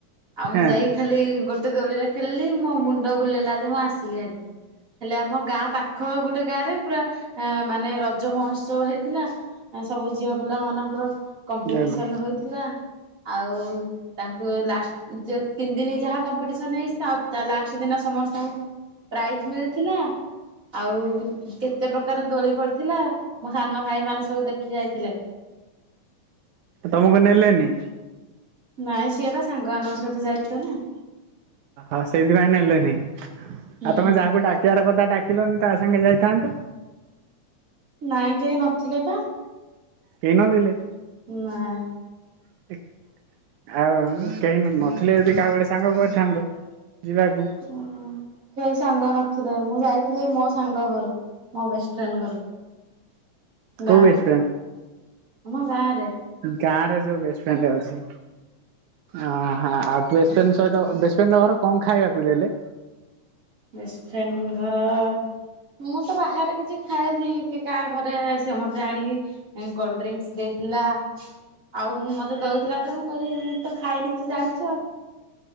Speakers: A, on the right; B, on the right.
A: ଆଉ ମୁଁ
B: ହେଁ
A: ଯାଇକି ଖାଲି ଗୋଟେ ଦୋଳିରେ ଖେଳିଲି ମୋ ମୁଣ୍ଡ ବୁଲେଇଲା ଯେ, ମୁଁ ଆସିଲି ଆରି ହେଲେ ଆମ ଗାଁ ପାଖ। ପାଖ ଗୋଟେ ଗାଁ ରେ ପୁରା ମାନେ ରଜ ମହୋତ୍ସବ ହେଇଥିଲା। ସବୁ ଝିଅ ପିଲା ମାନଙ୍କର କମ୍ପିଟିସନ
B: ଜୟ ମା
A: ହଉଥିଲା ଆଉ। ତାଙ୍କୁ ଲାଷ୍ଟ ତିନି ଦିନ ଯାହା କମ୍ପିଟିସନ ହେଇ ଲାଷ୍ଟ ଦିନ ସମସ୍ତଙ୍କୁ ପ୍ରାଇଜ୍ ମିଳିଥିଲା। ଆଉ କେତେ ପ୍ରକାର ଦୋଳି ପଡିଥିଲା ମୋ ସାନ ଭାଇ ମାନେ ସବୁ ଦେଖି ଯାଇଥିଲେ।
B: ତମକୁ ନେଲେନି?
A: ନାଇଁ ସେ ତା ସାଙ୍ଗ ମାନଙ୍କ ସହ ଯାଇଥିଲା ନା।
B: ଓହୋ ସେଇଥିପାଇଁ ନେଲେନି ଆଉ
A: ହୁଁ
B: ତମେ ଯାହାକୁ ଡାକିବାର କଥା ଡାକିଲନି ତା। ସାଙ୍ଗେ ଯାଇଥାଆନ୍ତ।
A: ନାଇଁ କେହି ନଥିଲେ ପା।
B: କେହି ନଥିଲେ?
A: ନାଇଁ।
B: <inaudible> ଆଉ କେହି ନଥିଲେ ଯଦି କାହା ଗୋଟେ ସାଙ୍ଗ କରିଥାନ୍ତ ଯିବାକୁ।
A: ଉଁ ସେହି ସାଙ୍ଗ ନଥିଲେ ମୁଁ ଯାଇଥିଲି ମୋ ସାଙ୍ଗ ଘରକୁ। ମୋ ବେଷ୍ଟେ ଫ୍ରେଣ୍ଡ ଘରକୁ
B: କୋଉ
A: ଗାଁକୁ
B: ବେଷ୍ଟ
A: ଆମ ଗାଁ ରେ।
B: ଗାଁରେ ଯୋଉ ଵେଷ୍ଟେ ଫ୍ରେଣ୍ଡ ଅଛି ଅ ହଁ। ବେଷ୍ଟ୍ ଫ୍ରିଏଣ୍ଡ ସହିତ ଘରେ କଣ ଖାଇବାକୁ ଦେଲେ।
A: ବେସେ ଫ୍ରେଣ୍ଡ ଘର। ମୁଁ ତ ବାହାରେ କିଛି ଖାଏନି କି କାହା ଘରେ ସେ ମତେ ଆଣିକି। କୋଲ୍ଡଡ୍ରିଙ୍କସ୍ ଦେଇଥିଲା। ଆଉ ମତେ ଦଉଥିଲା ଯେ ମୁଁ କହିବି ମୁଁ ତ ଖାଇନି ତୁ ଜାଣିଛୁ ଆଉ।